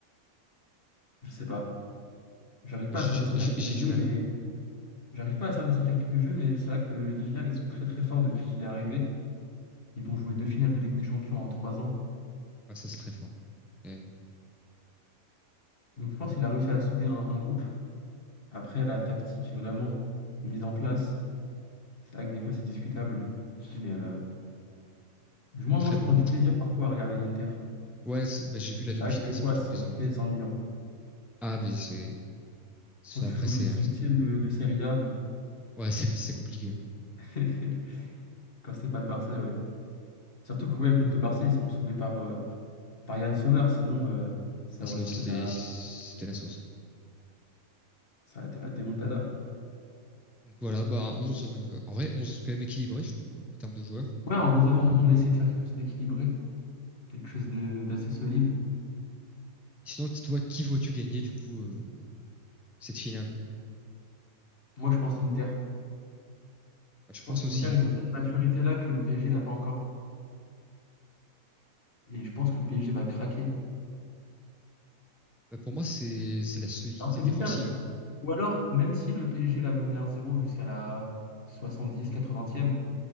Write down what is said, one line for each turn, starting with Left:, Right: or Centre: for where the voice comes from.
Left: Je sais pas. J'arrive pas
Centre: J'ai
Left: à cerner sa
Centre: j'ai-
Left: tactique
Centre: j'ai
Left: de
Centre: du
Left: jeu,
Centre: mal.
Left: mais j'arrive pas à cerner sa tactique de jeu, mais c'est vrai que le- l'Inter, ils sont très très forts depuis qu'il est arrivé. Ils vont jouer deux finales de Ligue des Champions en trois ans.
Centre: Ouais, ça c'est très fort. hein, quand même.
Left: Donc je pense qu'il a réussi à souder un, un groupe. Après, la tactique vraiment mise en place, c'est vrai que des fois c'est discutable. Mais euh, du moins,
Centre: Très
Left: moi je
Centre: bon
Left: prends
Centre: coach.
Left: du plaisir parfois à regarder l'Inter.
Centre: Ouais, bah, j'ai vu la demi-finale,
Left: C'est vrai que des
Centre: c'est
Left: fois
Centre: plutôt
Left: c'est
Centre: plaisant.
Left: très
Centre: hein.
Left: ennuyant.
Centre: Ah, mais c'est c'est-
Left: Quand tu
Centre: après
Left: joues
Centre: c'est
Left: le dix-huitième de, de Serie A, bon,
Centre: ouais, c'est c'est compliqué. hein.
Left: <laughs> quand c'est pas le Barça, ouais. Surtout que ouais, contre le Barça, ils se font sauver par, euh, par Yann Sommer, sinon euh, ça
Centre: Ah,
Left: aurait
Centre: sinon,
Left: été
Centre: c'était,
Left: la,
Centre: c'était la sauce.
Left: ça aurait été la démontada.
Centre: Donc voilà, bah, 11, euh, en vrai, 11 quand même équilibré, je trouve, en termes de joueurs.
Left: Ouais, on a, on a essayé de faire quelque chose d'équilibré, quelque chose de- d'assez solide.
Centre: Et sinon, t- toi, qui vois-tu gagner, du coup, euh, cette finale?
Left: Moi, je pense l'Inter.
Centre: Bah, je
Left: Je
Centre: pense
Left: pense que
Centre: aussi.
Left: l'Inter, ils ont cette maturité-là que le PSG n'a pas encore. Et je pense que le PSG va craquer.
Centre: Bah, pour moi, c'est, c'est la solidité
Left: Alors que
Centre: défensive.
Left: l'Inter, ou alors, même si le PSG va mener un zéro jusqu'à la soixante dix quatre vingtième